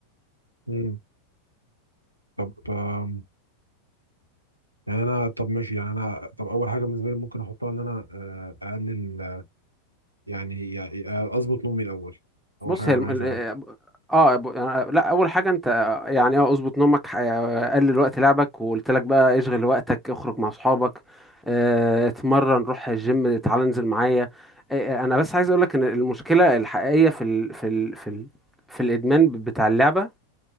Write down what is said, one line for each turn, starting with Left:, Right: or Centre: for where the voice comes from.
Right: امم طب آم، يعني انا طب ماشي يعني انا طب اول حاجة بالنسبة لي ممكن احطها ان انا آه، اقلل آه، يعني يعني اظبط نومي الاول اول
Centre: بص
Right: حاجة
Centre: هي
Right: انا
Centre: الم...
Right: عايز
Centre: ال-
Right: اعملها
Centre: اه ب- يعني لا اول حاجه انت يعني اه اظبط نومك ح- قلل وقت لعبك وقلت لك بقى اشغل وقتك اخرج مع اصحابك آه، اتمرن روح الجيم تعالى انزل معايا آه، آه، انا بس عايز اقول لك ان المشكله الحقيقيه في ال... في ال... في ال... في الادمان ب- بتاع اللعبه